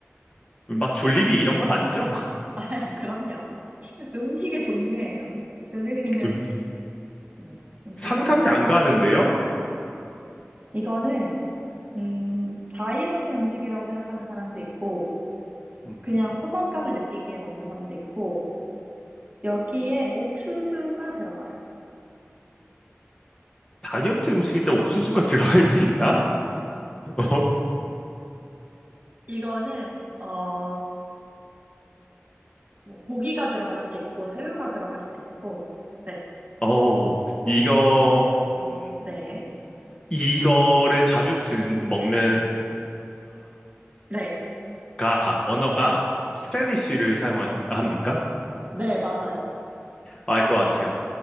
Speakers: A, on the left (about 20°); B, on the right (about 35°).
A: 막 졸리비 이런 건 아니죠?
B: <laughs> 아, 그럼요. 음식의 종류예요. 줄리비는,
A: <laughs>
B: 네, 음식이
A: 상상이
B: 아니잖아요?
A: 안 가는데요?
B: 이거는, 음, 다이어트 음식이라고 생각하는 사람도 있고,
A: 음,
B: 그냥 포만감을 느끼기에 먹는 사람도 있고, 여기에 옥수수가 들어가요.
A: 다이어트 음식인데 옥수수가 <laughs> 들어갈 수 있나? <laughs> 어,
B: 이거는, 어, 뭐, 고기가 들어갈 수도 있고, 새우가 들어갈 수도 있고, 네,
A: 어, 이거, 음,
B: 네,
A: 이거를 자주 든, 먹는
B: 네,
A: 국가가, 언어가 스페니쉬를 사용하십니까?
B: 네, 맞아요.
A: 알 것 같아요.